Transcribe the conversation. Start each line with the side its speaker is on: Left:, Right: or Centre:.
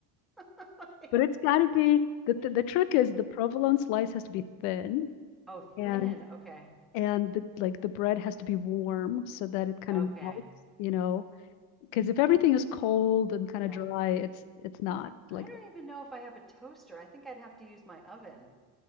Centre: Oh my
Left: but it's got to be the,
Centre: God.
Left: the the trick is
Centre: <laughs>
Left: the provolone slice has to be thin
Centre: Oh, thin.
Left: and
Centre: Okay,
Left: and the like the bread has to be warm so that it kind
Centre: okay,
Left: of melts, you know, because if everything is cold and kind
Centre: yeah.
Left: of dry, it's it's not
Centre: I
Left: like
Centre: don't even know if I have a toaster. I think I'd have to use my oven